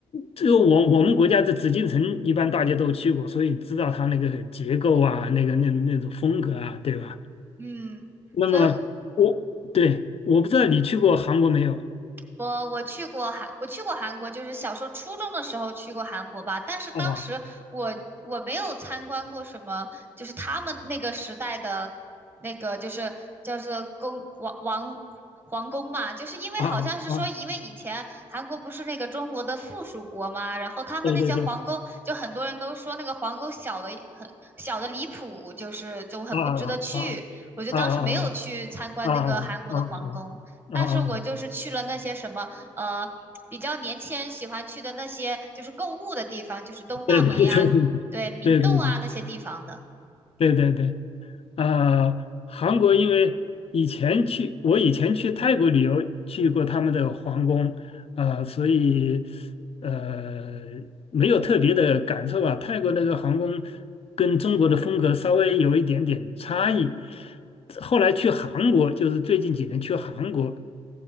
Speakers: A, on the left; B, on the right.
A: 这个我我们国家的紫禁城一般大家都去过，所以知道它那个结构啊，那个那那种风格啊，对吧？
B: 嗯，
A: 那么我对我不知道你去过韩国没有
B: 所以我我去过韩，我去过韩国，就是小时候初中的时候去过韩国吧。但是当时我我没有参观过什么，
A: 啊
B: 就是他们那个时代的那个就是叫做宫王王皇宫嘛，就是因为好像是说，
A: 啊啊！
B: 因为以前韩国不是那个中国的附属国嘛，然后他们那些皇宫，
A: 对对对
B: 就很多人都说那个皇宫小的很小的离谱，就是就很不值得去。
A: 啊啊啊啊啊
B: 我就当时没有去参观那个韩国的皇宫。
A: 啊啊啊！
B: 但是我就是去了那些什么呃，
A: 啊
B: 比较年轻人喜欢去的那些就是购物的地方，就是东大门呀，
A: 对对对对
B: 对，明洞啊那些地方的。
A: 对对对对对对，啊，韩国因为以前去，我以前去泰国旅游去过他们的皇宫，啊，所以呃没有特别的感受吧。泰国那个皇宫跟中国的风格稍微有一点点差异。后来去韩国，就是最近几年去韩国，